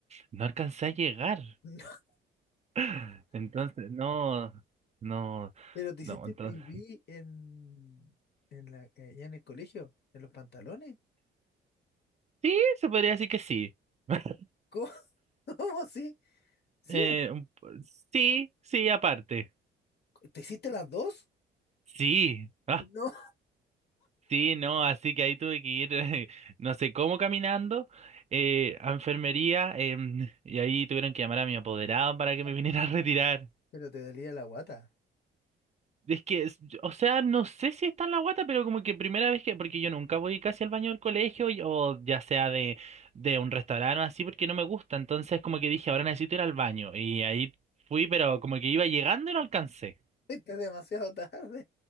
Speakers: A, on the right (about 35°); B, on the left (about 55°).
A: no alcancé a llegar.
B: <laughs>
A: <laughs> Entonces, no, no,
B: ¿Pero te
A: no,
B: hiciste
A: entonces.
B: pipí en, en la, eh, ya en el colegio? ¿En los pantalones?
A: Sí, se podría decir que sí. <laughs>
B: ¿Cómo? <laughs> ¿Cómo? ¿Sí? ¿Sí?
A: Eh,
B: o no?
A: un po- sí, sí, aparte.
B: ¿Te hiciste las dos?
A: Sí, ah,
B: No.
A: sí, no, así que ahí tuve que ir, <laughs> no sé cómo caminando, eh, a enfermería, em, y ahí tuvieron que llamar a mi apoderado para
B: <laughs>
A: que me viniera a retirar.
B: Pero te dolía la guata.
A: Es que, es- o sea, no sé si está en la guata, pero como que primera vez que, porque yo nunca voy casi al baño del colegio y- o ya sea de, de un restaurante o así, porque no me gusta. Entonces como que dije,
B: Ya.
A: ahora necesito ir al baño. Y ahí fui, pero como que iba llegando y no alcancé.
B: Fuiste demasiado tarde.